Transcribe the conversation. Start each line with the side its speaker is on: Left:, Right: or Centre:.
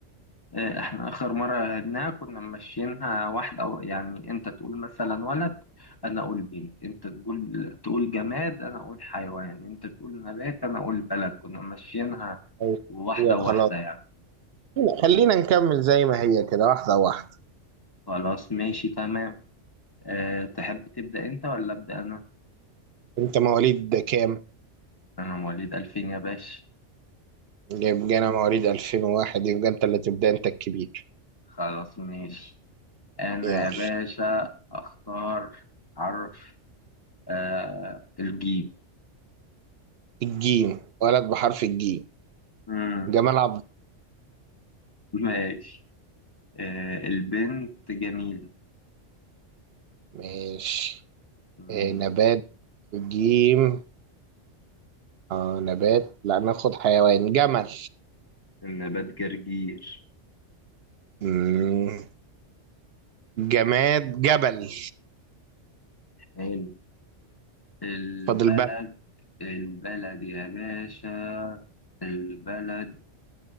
Left: آه، احنا اخر مره لعبناها كنا ماشيينها واحده أو يعني انت تقول مثلا ولد انا اقول بنت انت تقول تقول جماد انا اقول حيوان انت تقول نبات انا اقول بلد كنا ماشيينها
Right: أيوة.
Left: واحده
Right: يا
Left: واحده
Right: خلاص
Left: يعني
Right: لا، خلينا نكمل زي ما هي كده واحدة واحدة
Left: خلاص ماشي تمام أه تحب تبدا انت ولا ابدا انا
Right: انت مواليد ده كام؟
Left: انا مواليد 2000 يا باشا
Right: يبقى انا مواليد 2001 يبقى انت اللي تبدأ انت الكبير
Left: خلاص ماشي انا
Right: يلا
Left: يا باشا اختار حرف أه الجيم
Right: الجيم ولد بحرف الجيم
Left: مم،
Right: جمال عبد
Left: ماشي أه البنت جميل
Right: ماشي
Left: مم.
Right: إيه نبات الجيم آه نبات لا ناخد حيوان جمل
Left: النبات جرجير
Right: مم. جماد جبل
Left: حلو البلد
Right: فاضل بقى
Left: البلد يا باشا البلد